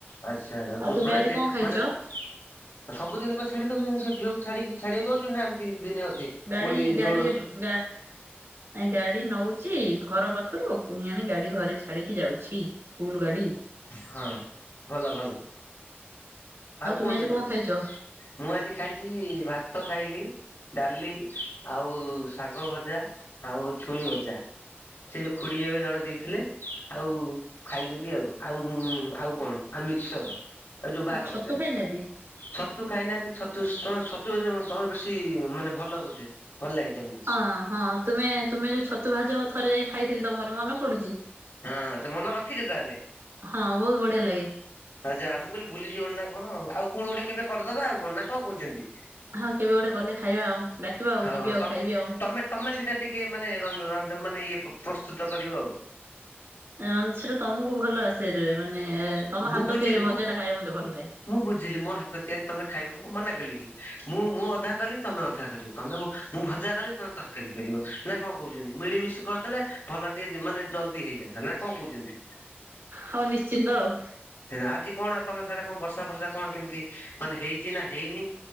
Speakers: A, on the left; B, on the right.
A: ଆଚ୍ଛା
B: ଆଉ
A: ରୁ
B: ତୁମେ
A: ମାନେ
B: ଆଜି କଣ ଖାଇଛ
A: ମାନେ ଆ ସବୁ ଦିନିକ ଛାଡି ଦଉଛନ୍ତି ସେ ଝିଅକୁ ଛାଡି ଛାଡି ଆକୁ ଆଉଛନ୍ତି ନା ଏମିତି ଦିନେ ଅଧେ।
B: ଗାଡ଼ି
A: କୋଉଠି
B: ଗାଡ଼ି
A: ରୋଡ ଉପରେ?
B: ଗା ନାଇ ଗାଡି ନଉଚି ଘର ପାଖରୁ ପୁଣି ଆଣି ଗାଡି ଘରେ ଛାଡିକି ଯାଉଛି। ସ୍କୁଲ ଗାଡି
A: ହଁ ଭଲ ଭଲ।
B: ଆଉ ତୁମେ
A: କୁହନ୍ତୁ
B: ଆଜି କଣ
A: ମୁଁ
B: ଖାଇଛ?
A: ମୁଁ ଆଜି ଖାଇଛି ଭାତ ଖାଇଲି। ଡାଲି ଆଉ ଶାଗ ଭଜା, ଆଉ ଛୁଇଁ ଭଜା। ସେ ଖୁଡି ଏବେ ଜଣେ ଦେଇଥିଲେ ଆଉ ଦେଲି ଆଉ ଆଉ କଣ ଆଉ ମିକ୍ସର ଆଉ ଯୋଉ ବାର
B: ଛତୁ
A: ଭଜା।
B: ଖାଇନାହାନ୍ତି?
A: ଛତୁ ଖାଇନାହାନ୍ତି ଛତୁ ତମେ ଛତୁ ତମର ବେଶୀ ମାନେ ଭଲ ବୋଧେ ଭଲ ଲାଗେ ତମକୁ।
B: ହଁ ହଁ ତୁମେ ତୁମେ ଯୋଉ ଛତୁ ଭାଜ ଥରେ ଯାଇ ଖାଇଥିଲି ତମର ମନ ପଡୁଛି।
A: ହଁ ତ ମନେ ରଖିଛ ତାହେଲେ।
B: ହଁ ବହୁତ ବଢିଆ ଲାଗେ
A: ଆ ଯାଆ ମୁଁ କହିଲି ଭୁଲିଯିବଣି ନା କଣ ଆଉ ପୁଣି ଗୋଟେ କେବେ କରିଦବା ଆଉ କଣ ନା କଣ କହୁଛନ୍ତି?
B: ହଁ କେବେ ଗୋଟେ ଗଲେ ଖାଇବା ଆଉ ଡାକିବା ଆଉ
A: ହଉ
B: ଯିବି
A: ହଉ
B: ଆଉ
A: ତମେ
B: ଖାଇବି ଆଉ।
A: ତମେ ତମେ ସେଇଟା ଟିକେ ମାନେ ରନ୍ଧ ରନ୍ଧ୍ ମାନେ ଇଏ ପ୍ରସ୍ତୁତ କରିବ ଆଉ।
B: ରଣ ସ ଟା ତମକୁ ଭଲ ଆସ ମାନେ ତମ
A: ମୁଁ
B: ହାତ
A: ବୁଝିଲି
B: ତିଆରି ଭଜା
A: ମୁଁ
B: ଟା ଖାଇବା ମତେ ଭଲ ଲାଗେ।
A: ମୁଁ ବୁଝିଲି ମୋ ହାତ ତିଆରି ତମେ ଖାଇବ ମୁଁ କଁ ମନା କଲି କି। ମୁଁ ମୁଁ ଅଧା କରିବି ତମେ ଅଧା କରିବ ତମେ ମୁଁ ଭଜା କଲେ ତମେ ତରକାରୀ କରିବ। ନା କଣ କହୁଛନ୍ତି ମିଳିମିଶି କରିଦେଲେ ଭଲ ଟିକେ ମାନେ ଜଲଦି ହେଇଯାନ୍ତା ନା କଣ କହୁଛନ୍ତି।
B: ହଉ ନିଶ୍ଚିନ୍ତ ଆଉ।
A: ଆଜି କଣ ତମ ସସାଡେ କଣ ବର୍ଷା ବର୍ଷା କଣ କେମିତି ମାନେ ହେଇଛି ନା ହେଇନି?